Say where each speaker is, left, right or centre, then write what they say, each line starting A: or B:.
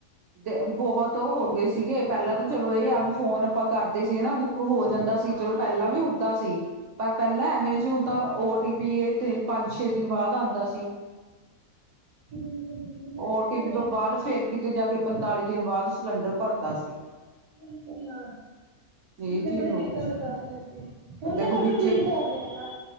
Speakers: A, on the right (about 65°); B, on the right (about 85°).
A: ਤੇ ਬਹੁਤ ਉਹ ਹੋ ਗਏ ਸੀਗੇ ਪਹਿਲਾਂ ਤਾਂ ਚਲੋ ਇਹ ਆ ਵੀ ਫੋਨ ਆਪਾਂ ਕਰਦੇ ਸੀਗੇ ਨਾ ਬੁੱਕ ਹੋ ਜਾਂਦਾ ਸੀ
B: ਹਾਂ।
A: ਚਲੋ ਪਹਿਲਾਂ ਵੀ ਹੁੰਦਾ ਸੀ ਪਰ ਪਹਿਲਾਂ ਐਵੇਂ ਨਹੀਂ ਸੀ ਹੁਣ ਤਾਂ ਓ ਟੀ ਪੀ ਤੇ ਪੰਜ ਛੇ ਦਿਨ ਬਾਅਦ ਆਉਂਦਾ ਸੀ
B: ਬਿਲਕੁਲ ਬਿਲਕੁਲ ਬੜੀ
A: ਓ
B: ਦਿੱਕਤ
A: ਟੀ ਪੀ ਤੋਂ
B: ਪੈ ਰਹੀ
A: ਬਾਅਦ
B: ਸੀ।
A: ਫੇਿਰ ਕਿਤੇ ਜਾ ਕੇ ਪੰਤਾਲੀ ਦਿਨ ਬਾਅਦ ਸਿਲੰਡਰ ਭਰਦਾ ਸੀ
B: ਬਿਲਕੁ ਆ
A: ਇਹ ਚੀਜ਼
B: ਨੇ ਬੜੀ
A: ਹੋ
B: ਦਿੱਕਤ
A: ਗਈ ਸੀ
B: ਕਰਦੇ ਸੀ ਹੁਣ
A: ਦੇਖੋ
B: ਤਾਂ ਫਿਰ
A: ਵਿੱਚੇ
B: ਵੀ ਠੀਕ ਹੋ ਗਏ ਆ